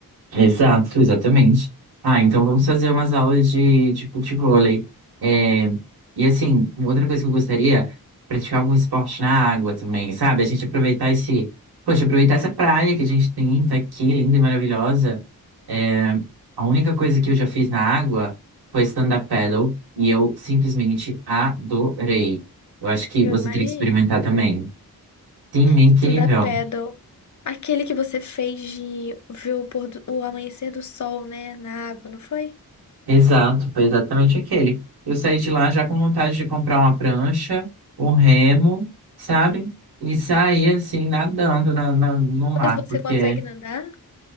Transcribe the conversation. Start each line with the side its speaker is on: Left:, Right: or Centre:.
Right: Exato, exatamente. Ah, então vamos fazer umas aulas de, de futevôlei. É, e assim, uma outra coisa que eu gostaria, praticar algum esporte na água também, sabe? A gente aproveitar esse, poxa, aproveitar essa praia que a gente tem, tá aqui, linda e maravilhosa. É, a única coisa que eu já fiz na água foi stand-up paddle e eu simplesmente adorei. Eu acho que
Left: Eu
Right: você
Left: imagino.
Right: teria que experimentar também. Sim, é incrível.
Left: Stand-up paddle. Aquele que você fez de ver o, pôr do- o amanhecer do sol, né? Na água, não foi?
Right: Exato, foi exatamente aquele. Eu saí de lá já com vontade de comprar uma prancha, um remo, sabe? E sair assim, nadando na,
Left: Hum,
Right: na- no mar,
Left: Mas você
Right: porque
Left: consegue nadar?